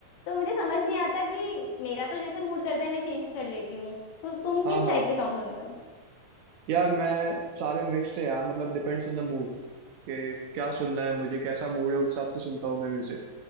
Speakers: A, on the left; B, on the right.
A: तो मुझे समझ नहीं आता कि मेरा तो जैसे मूड करता है मैं चेंज कर लेती हूँ तो तुम
B: हाँ
A: किस
B: हाँ
A: टाइप के सॉन्ग सुनते हो
B: यार मैं सारे मिक्स्ड है यार मतलब डिपेंड्स ऑन द मूड कि क्या सुनना है मुझे कैसा मूड है उस हिसाब से सुनता हूँ मैं म्यूजिक